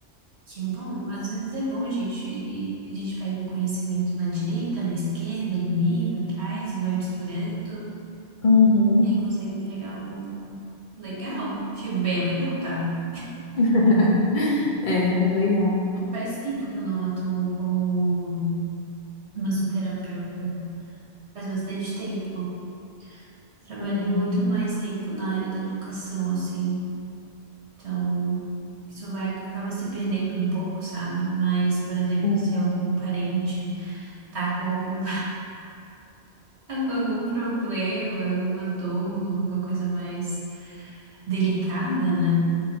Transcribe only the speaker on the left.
Uhum.
<laughs> É, é legal.
Uhum.
Sim.